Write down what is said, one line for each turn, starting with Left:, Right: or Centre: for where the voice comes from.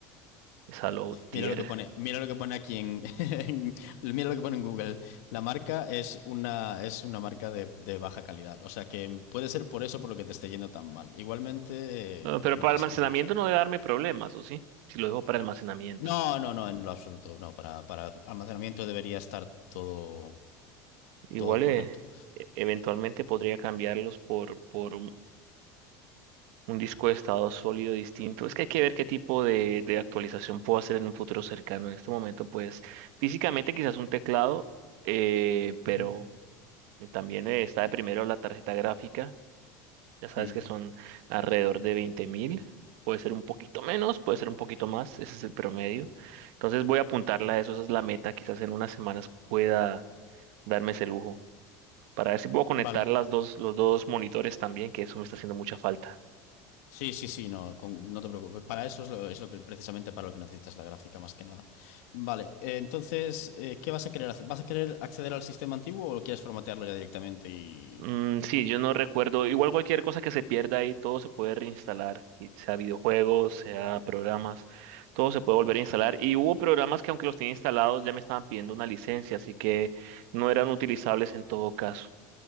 Right: Salotier.
Left: mira lo que pone, mira lo que pone aquí en, <laughs> en- mira lo que pone en Google. La marca es una, es una marca de, de baja calidad. O sea que puede ser por eso por lo que te esté yendo tan mal. Igualmente,
Right: No,
Left: eh,
Right: pero
Left: no
Right: para
Left: pasa
Right: almacenamiento
Left: nada. o sea,
Right: no debe darme problemas, ¿o sí? Si lo dejo para almacenamiento.
Left: no, no, no, en lo absoluto. No, para, para almacenamiento debería estar todo,
Right: Igual
Left: todo correcto.
Right: eh, e- eventualmente podría cambiarlos por, por un, un disco de estado sólido distinto. Es que hay que ver qué tipo de, de actualización puedo hacer en un futuro cercano. En este momento, pues físicamente quizás un teclado, eh, pero
Left: Ujú,
Right: también eh, está de primero la tarjeta gráfica. Ya sabes
Left: ujú.
Right: que son alrededor de 20 mil. Puede ser un poquito menos, puede ser un poquito más. Ese es el promedio. Entonces voy a apuntarla a eso. Esa es la meta. Quizás en unas semanas pueda darme ese lujo. Para ver si puedo conectar
Left: Vale.
Right: las dos, los dos monitores también, que eso me está haciendo mucha falta.
Left: Sí, sí, sí, no, con- no te preocupes. Para eso es lo, es lo que precisamente para lo que necesitas la gráfica más que nada. Vale, eh, entonces, eh, ¿qué vas a querer hacer? ¿Vas a querer acceder al sistema antiguo o quieres formatearlo ya directamente y...
Right: Mm, sí, yo no recuerdo. Igual cualquier cosa que se pierda ahí, todo se puede reinstalar. y Sea videojuegos, sea programas, todo se puede volver a instalar. Y hubo programas que aunque los tenía instalados ya me estaban pidiendo una licencia, así que no eran utilizables en todo caso.